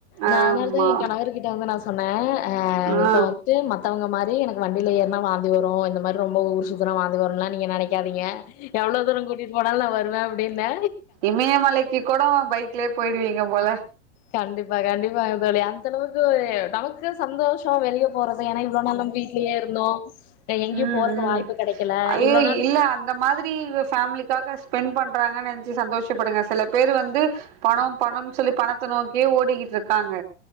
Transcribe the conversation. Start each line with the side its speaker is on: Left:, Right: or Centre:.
Left: நா
Right: ஆமா
Left: அதனால்தா என் கணவர் கிட்ட வந்து நா சொன்னே அ
Right: ஆ
Left: இப்பொ வந்துட்டு மத்தவுங்க மாரி எனக்கு வண்டில ஏற்னா வாந்தி வரு இந்த மார் ரொம்ப ஊர் சுத்துனா வாந்தி வருன்லா நீங்க நெனைக்காதீங்க எவ்ளோ தூரங் கூட்டிட் போனால் நா வருவே அப்டினெ
Right: இமய மலைக்கி கொடோ பைக்லே போய்டுவீங்க போல
Left: கண்டிப்பா கண்டிப்பாங்க தோழி அந்தளவுக்கு நமக் கு சந்தோஷொ வெளிய போறது ஏனா இவ்ளோ நாள் நம் வீட்லே இருந்தோ எங்கேயு
Right: உம்
Left: போறக்கு
Right: உம்
Left: வாய்ப்பு கெடைக்கல
Right: ஐயோ
Left: இவ்ளோ நாள்
Right: இல்ல அந்த மாதிரி ஃபேமிலிக்காக ஸ்பெண்ட் பண்றாங்க நெனச்சு சந்தோஷப்படுங்க செல பேர் வந்து பணொ பணம் சொல்லி பணத்த நோக்கியே ஓடிக்கிட்ருக்காங்க